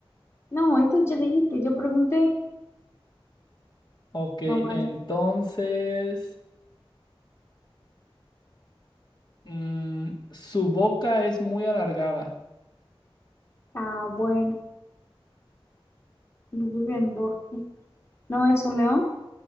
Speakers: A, on the left; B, on the left.
A: No, esto ya dijiste, yo pregunté.
B: Ok,
A: No vale.
B: entonces, mm, su boca es muy alargada.
A: Ah, bueno, y vive en bosque. No es un león,